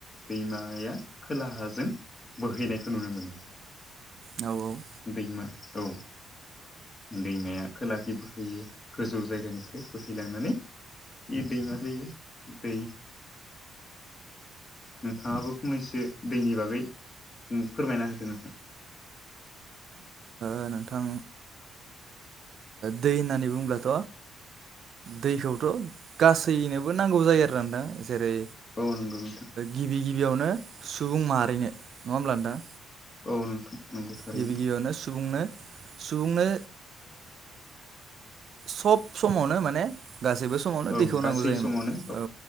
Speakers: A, on the left (about 35°); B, on the right (about 60°).
A: दैमाया खोलाहाजों बोहैनायखौ नुनो मोनो।
B: औ औ
A: दैमा औ। दैमाया खोलाखै बोहैयो गोजौ जायगानिफ्राय बोहैलांनानै इ दै म दैयो दै नोंथाङाबो फंनैसो दैनि बागै। फोरमायना होदो नोंथां।
B: दा नोंथां दै होननानै बुङब्लाथ' दैखौथ' गासैनोबो नांगौ जायो आरो। रा जेरै
A: औ नंगौ नोंथां
B: गिबि गिबियावनो सुबुं माहारिनो नङा होमबब्ला नोंथां
A: औ नोंथां नंगौ थारैनो
B: गिबि गिबियावनो सुबुंनो सुबुंनो सब समावनो माने गासैबो समावनो
A: औ
B: दैखौ
A: गासै
B: नांगौ जायोमोन
A: समावनो
B: औ